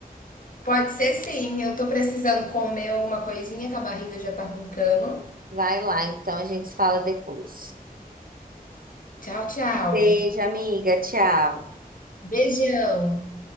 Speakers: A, on the left; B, on the right.
A: Pode ser sim, eu tô precisando comer alguma coisinha que a barriga já tá roncando.
B: Vai lá, então a gente fala depois.
A: Tchau, tchau.
B: Beijo, amiga. Tchau.
A: Beijão.